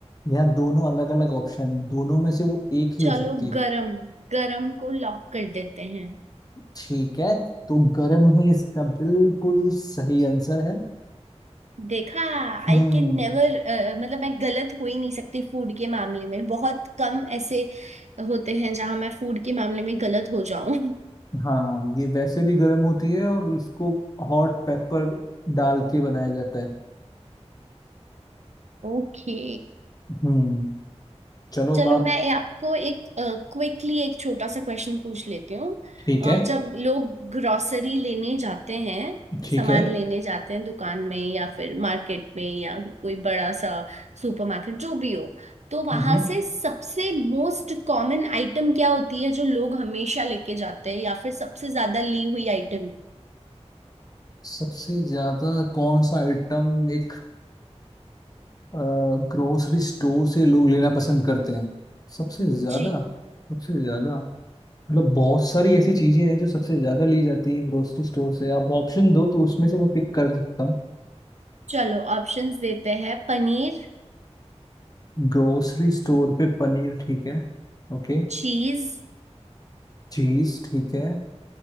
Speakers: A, on the left (about 35°); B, on the right (about 80°).
A: यहाँ दोनों अलग अलग ऑप्शन है दोनों में से वो एक ही
B: चलो
A: हो सकती है
B: गरम गरम को लॉक कर देते हैं
A: ठीक है तो गरम ही इसका बिल्कुल सही आंसर है
B: देखा आई
A: हम्म
B: कैन नेवर मतलब मैं गलत हो ही नहीं सकती फूड के मामले में बहुत कम ऐसे होते हैं जहां मैं फूड के मामले में गलत हो जाऊं
A: हाँ ये वैसे भी गर्म होती है और इसको हॉट पेपर डाल के बनाया जाता है
B: <laughs> ओके
A: हम्म चलो
B: चलो
A: बाप
B: मैं ए- आपको एक क्विकली एक छोटा सा क्वेश्चन पूछ लेती हूँ
A: ठीक
B: अ,
A: है
B: जब लोग ग्रोसरी लेने जाते हैं
A: ठीक
B: सामान
A: है
B: लेने जाते हैं दुकान में या फिर मार्केट में या कोई बड़ा सा सुपरमार्केट जो भी हो तो वहां
A: हम्म
B: से सबसे मोस्ट कॉमन आइटम क्या होती है जो लोग हमेशा लेके जाते हैं या फिर सबसे ज्यादा ली हुई आइटम
A: सबसे ज्यादा कौन सा आइटम एक ग्रोसरी स्टोर से लोग लेना पसंद करते हैं सबसे ज्यादा
B: जी
A: सबसे ज्यादा मतलब बहुत सारी ऐसी चीजें हैं जो सबसे ज्यादा ली जाती है ग्रोसरी स्टोर से आप ऑप्शन दो तो उसमें से मैं पिक कर सकता हूँ
B: चलो ऑप्शंस देते हैं Paneer
A: ग्रोसरी स्टोर पे पनीर ठीक है ओके
B: Cheese
A: चीज ठीक है